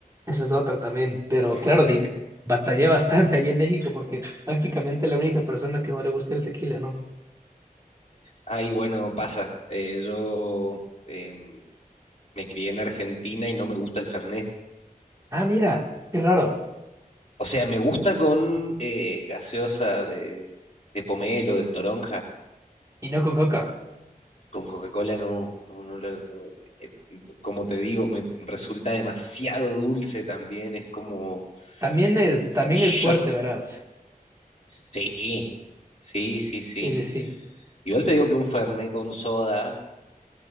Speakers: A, on the right; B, on the left.
A: Esa es otra también. Pero
B: <laughs>
A: claro, di- batallé bastante allí en México porque prácticamente la única persona que no le gusta el tequila, ¿no?
B: Ay, bueno, pasa. Eh, yo em, me crié en Argentina y no me gusta el Fernet.
A: Ah, mira, qué raro.
B: O sea, me gusta con eh, gaseosa de, de pomelo, de toronja.
A: Y no con coca.
B: Con Coca-Cola no, no, no, la- no, eh, como te digo, me resulta demasiado dulce también, es como
A: También es,
B: un
A: también
B: shot.
A: es fuerte, verás.
B: Sí, sí, sí, sí.
A: Sí, sí, sí.
B: Igual te digo que un Fernet con soda